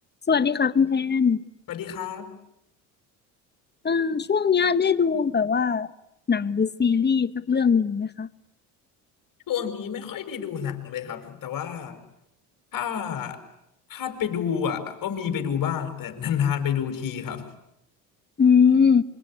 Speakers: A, on the left; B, on the left.
A: สวัสดีค่ะคุณแทน
B: สวัสดีครับ
A: เออช่วงเนี้ยได้ดูแบบว่าหนังหรือซีรีส์สักเรื่องหนึ่งไหมคะ
B: ช่วงนี้ไม่ค่อยได้ดูหนังเลยครับแต่ว่าถ้าถ้าไปดูอ่ะก็มีไปดูบ้างแต่นานๆไปดูทีครับ
A: อืม